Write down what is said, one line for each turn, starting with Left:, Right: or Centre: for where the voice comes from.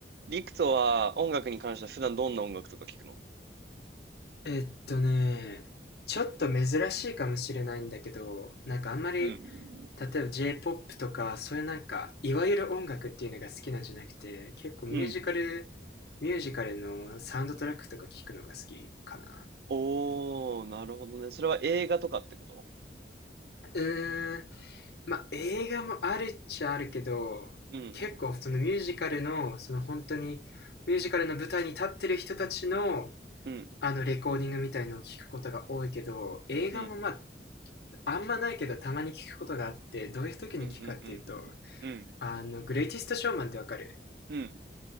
Right: リクトは音楽に関しては普段どんな音楽とか聞くの
Left: えっとね、ちょっと珍しいかもしれないんだけど、なんかあんまり、
Right: うん。
Left: 例えば J-POP とか、そういうなんか、いわゆる音楽っていうのが好きなんじゃなくて、結構ミュージカル、
Right: うん。
Left: ミュージカルのサウンドトラックとか聞くのが好きかな。
Right: おー、なるほどね。それは映画とかってこと
Left: うーん、まあ映画もあるっちゃあるけど、
Right: うん。
Left: 結構そのミュージカルの、その本当に、ミュージカルの舞台に立ってる人たちの、
Right: うん。
Left: あのレコーディングみたいのを聞くことが多いけど、映画もまあ
Right: うん。
Left: あんまないけどたまに聞くことがあって、どういう時に聞くかっていうと、
Right: うんうんうん。うん。
Left: あの、グレイティストショーマンってわかる
Right: うん。